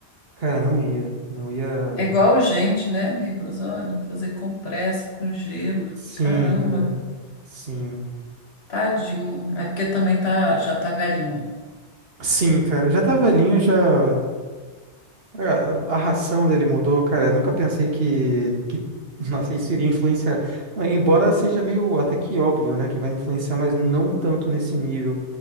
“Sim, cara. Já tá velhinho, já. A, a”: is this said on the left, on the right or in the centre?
Right